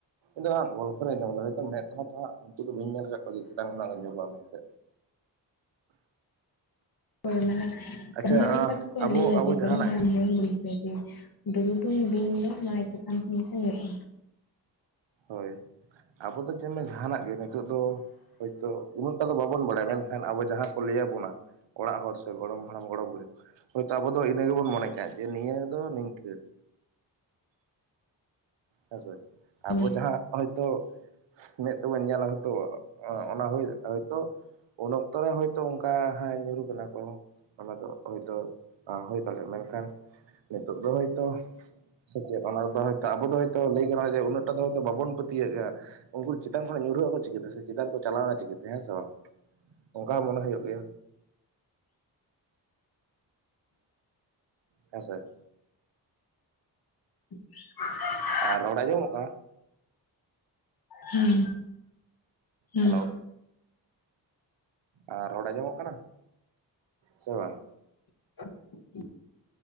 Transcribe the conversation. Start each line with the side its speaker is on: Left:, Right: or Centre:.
Right: ᱫᱚ ᱦᱟᱜ ᱜᱚᱞᱯᱚ ᱨᱮ ᱟᱡᱚᱢ ᱠᱟᱫᱟ ᱦᱳᱭᱛᱚ ᱢᱮᱫ ᱛᱮᱫᱚ ᱦᱟᱜ <unintelligible> ᱧᱮᱞ ᱟᱠᱟᱫ ᱠᱚᱣᱟᱮ ᱡᱮ ᱪᱮᱛᱟᱱ ᱠᱷᱱᱟᱜ ᱜᱮ ᱱᱩᱨᱩᱜᱼᱟ ᱢᱮᱱᱛᱮ
Left: <unintelligible>
Right: ᱟᱪᱪᱷᱟ
Left: ᱠᱟᱹᱦᱱᱤ ᱞᱮᱠᱟᱛ ᱛᱠᱚ
Right: ᱟᱵᱚ
Left: ᱞᱟᱹᱭᱟ
Right: ᱟᱵᱚ
Left: ᱡᱮ
Right: ᱡᱟᱦᱟᱱᱟᱜ
Left: ᱜᱚᱲᱚᱢ ᱦᱟᱲᱟᱢ
Right: ᱜᱮ
Left: ᱜᱚᱲᱚᱢ ᱵᱩᱲᱦᱤ ᱰᱩᱞᱩᱰᱩᱝ ᱵᱤᱧ ᱫᱚ ᱢᱟᱱᱮ ᱪᱮᱛᱟᱱ ᱠᱷᱚᱱ ᱜᱮ ᱧᱩᱨᱩᱜᱼᱟ
Right: ᱦᱳᱭ ᱟᱵᱚ ᱫᱚ ᱡᱮ ᱡᱟᱦᱟᱱᱟᱜ ᱜᱮ ᱱᱤᱛᱚᱜ ᱫᱚ ᱦᱳᱭᱛᱳ ᱩᱱᱟᱹᱜ ᱴᱟ ᱫᱚ ᱵᱟᱵᱚᱱ ᱵᱟᱲᱟᱭᱟ ᱢᱮᱱᱠᱷᱟᱱ ᱟᱵᱚ ᱡᱟᱦᱟᱸ ᱠᱚ ᱞᱟᱹᱭ ᱟᱵᱚᱱᱟ ᱚᱲᱟᱜ ᱦᱚᱲ ᱥᱮ ᱜᱚᱲᱚᱢ ᱦᱟᱲᱟᱢ ᱜᱚᱲᱚᱢ ᱵᱩᱲᱦᱤ ᱦᱳᱭᱛᱳ ᱟᱵᱚ ᱫᱚ ᱤᱱᱟᱹ ᱜᱮᱵᱚᱱ ᱢᱚᱱᱮ ᱠᱟᱜ ᱡᱮ ᱱᱤᱭᱟᱹ ᱫᱚ ᱱᱤᱝᱠᱟᱹ ᱦᱮᱸᱥᱮ ᱟᱵᱚ
Left: ᱦᱳᱭ
Right: ᱡᱟᱦᱟᱸ ᱦᱚᱳᱭᱛᱳ ᱢᱮᱫ ᱛᱮᱵᱟᱹᱚᱱ ᱧᱮᱞᱟ ᱦᱭᱛᱳ ᱚᱱᱟ ᱦᱩᱭ ᱦᱚᱳᱭᱛᱳ ᱩᱱ ᱚᱠᱛᱚ ᱨᱮ ᱦᱳᱭᱛᱳ ᱚᱱᱠᱟ ᱦ ᱧᱩᱨᱩ ᱠᱟᱱᱟ ᱠᱚ ᱚᱱᱟ ᱫᱚ ᱦᱳᱭᱛᱳ ᱦᱩᱭ ᱫᱟᱲᱮᱭᱟᱜᱼᱟ ᱢᱮᱱᱠᱷᱟᱱ ᱱᱤᱛᱚᱜ ᱫᱚ ᱦᱭᱛᱳ ᱥᱮ ᱪᱮᱫ ᱚᱱᱟᱫᱚ ᱦᱳᱭ ᱛᱚ ᱟᱵᱚ ᱫᱚ ᱞᱟᱹᱭ ᱜᱟᱱᱟᱜᱼᱟ ᱡᱮ ᱩᱱᱟᱹᱜ ᱴᱟ ᱫᱚ ᱦᱚᱭᱛᱳ ᱵᱟᱵᱚᱱ ᱯᱟᱹᱛᱭᱟᱹᱜ ᱩᱱᱠᱩ ᱪᱮᱛᱟᱱ ᱠᱷᱚᱱᱟᱜ ᱧᱩᱨᱦᱟᱹᱜ ᱟᱠᱚ ᱪᱤᱠᱟᱹᱛᱮ ᱥᱮ ᱪᱮᱛᱟᱱ ᱠᱚ ᱪᱟᱞᱟᱣᱱᱟ ᱪᱤᱠᱟᱹᱛᱮ ᱦᱮᱸ ᱥᱮ ᱵᱟᱝ ᱚᱱᱠᱟ ᱢᱚᱱᱮ ᱦᱩᱭᱩᱜ ᱜᱮᱭᱟ ᱦᱮᱸ ᱥᱮ
Left: <unintelligible>
Right: ᱟᱨ ᱨᱚᱲ ᱟᱡᱚᱢᱚᱜ ᱠᱟᱱᱟ
Left: ᱦᱮᱸ ᱦᱮᱸ
Right: ᱦᱮᱞᱳ ᱟᱨ ᱨᱚᱲ ᱟᱸᱡᱚᱢᱚᱜ ᱠᱟᱱᱟ ᱥᱮ ᱵᱟᱝ
Left: <unintelligible>